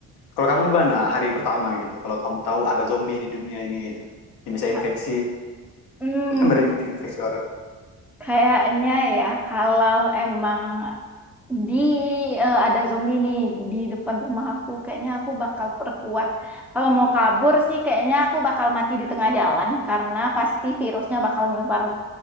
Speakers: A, on the left; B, in the centre.
A: kalau kamu gimana hari pertama gitu kalau kamu tahu ada zombie di dunia ini gitu yang bisa
B: Ha-
A: infeksi
B: Hmm,
A: <clears throat> berinfeksi orang
B: kayaknya ya kalau emang di eh, ada zombie nih di depan rumah aku kayaknya aku bakal perkuat kalau mau kabur sih kayaknya aku bakal mati di tengah jalan karena pasti virusnya bakal nyebar